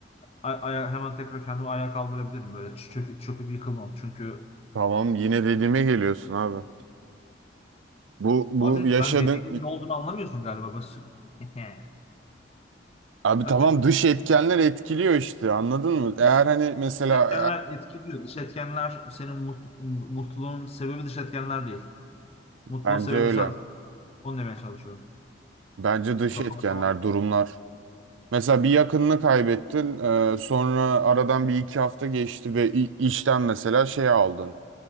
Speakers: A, on the left; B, on the right.
A: ay- aya- hemen tekrar kendimi ayağa kaldırabilirim. Böyle çö- çöküp, çöküp yıkılmam. Çünkü
B: Tamam yine dediğime geliyorsun abi. Bu,
A: abi
B: bu yaşadın.
A: sen dediğinin ne olduğunu anlamıyorsun galiba. Basın. <laughs>
B: Abi
A: Okey.
B: tamam dış etkenler etkiliyor işte anladın mı? Eğer hani mesela
A: Dış etkenler etkiliyor. Dış etkenler senin mut- mutluluğun sebebi dış etkenler değil.
B: e,
A: Mutluluğun
B: bence
A: sebebi
B: öyle.
A: sen. Onu demeye çalışıyorum.
B: Bence dış
A: Bunu
B: etkenler,
A: anlaşamadık.
B: durumlar. Mesela bir yakınını kaybettin, e, sonra aradan bir iki hafta geçti ve i- işten mesela şey aldın,